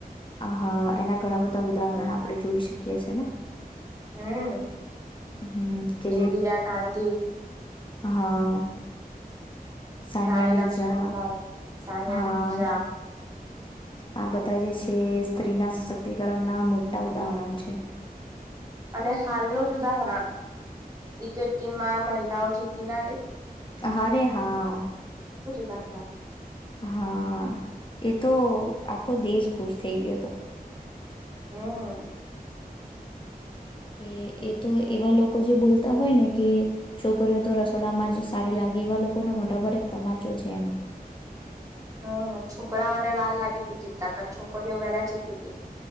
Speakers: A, on the left (about 30°); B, on the right (about 20°).
A: હા એના ઘણા બધા ઉદાહરણ આપણે જોઈ શકીએ છે ને
B: હમ
A: હમ કે
B: ઇન્દિરા
A: જે
B: ગાંધી
A: હા સાનિયા
B: રાણી
A: મિર્ઝા
B: લક્ષ્મીબાઈ સાનિયા
A: હા
B: મિર્ઝા
A: આ બધા જે છે. સ્ત્રીના શક્તિકરણના મોટા ઉદાહરણ છે.
B: અને હાલનું જ ઉદાહરણ ક્રિકેટ ટીમમાં મહિલાઓ જીતી ના ગઈ
A: હારે હા
B: <unintelligible>
A: હા એ તો આખો દેશ ખુશ થઈ ગયો તો
B: હમ
A: કે એ તો એવા લોકો જે બોલતા હોય ને કે છોકરીઓ તો રસોડામાં જ સારી લાગે એવા લોકોને મોઢા પર એક તમાચો છે એમ
B: હમ છોકરાઓને વાર લાગી હતી જીતતા પણ છોકરીઓ વેલા જીતી ગઈ